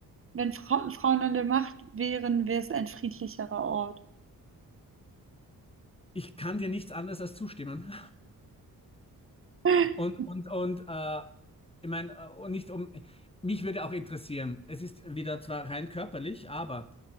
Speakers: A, on the right; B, on the left.
A: wenn Frauen, Frauen an der Macht wären, wäre es ein friedlicherer Ort.
B: Ich kann dir nichts anderes als zustimmen.
A: <laughs>
B: Und, und, und äh, ich meine, äh, und nicht um, mich würde auch interessieren, es ist wieder zwar rein körperlich, aber